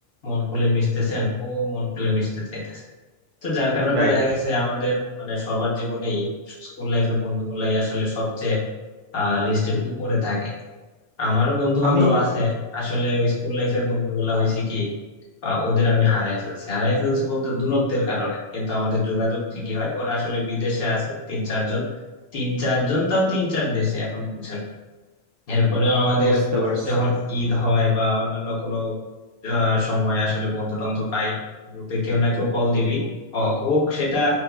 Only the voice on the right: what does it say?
রাইট
আমি
বুঝতে পারছি